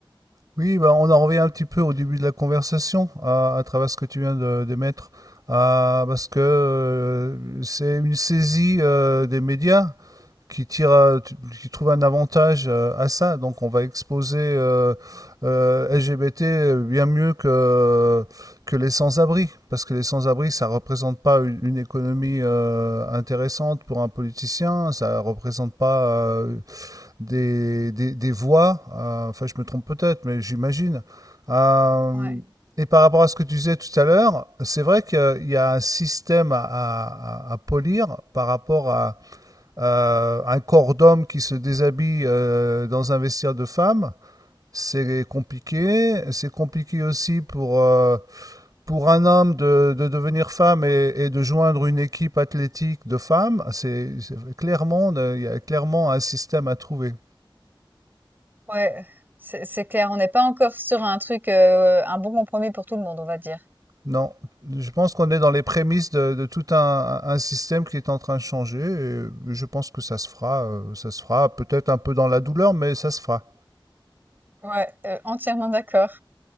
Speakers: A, on the right (about 45°); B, on the right (about 20°).
A: Oui, bah, on en revient un petit peu au début de la conversation, à, à travers ce que tu viens de d'émettre, à- parce que euh, c'est une saisie euh, des médias qui tire, à- qui trouve un avantage euh, à ça. Donc, on va exposer euh, euh, LGBT bien mieux que que les sans-abri, parce que les sans-abri, ça représente pas une, une économie euh, intéressante pour un politicien, ça représente pas euh, des, des, des voix, euh, enfin je me trompe peut-être, mais j'imagine. Euh,
B: Ouais,
A: et par rapport à ce que tu disais tout à l'heure, c'est vrai qu'il y a un système à, à- à- polir par rapport à euh, un corps d'homme qui se déshabille euh, dans un vestiaire de femme. C'est compliqué. C'est compliqué aussi pour, euh, pour un homme de, de devenir femme et, et de joindre une équipe athlétique de femmes. C'est c'est- clairement, il y a clairement un système à trouver.
B: ouais, c'est c'est clair. On n'est pas encore sur un truc, euh, un bon compromis pour tout le monde, on va dire.
A: Non, je pense qu'on est dans les prémices de, de tout un, un système qui est en train de changer et je pense que ça se fera, euh, ça se fera peut-être un peu dans la douleur, mais ça se fera.
B: Ouais, euh, entièrement d'accord.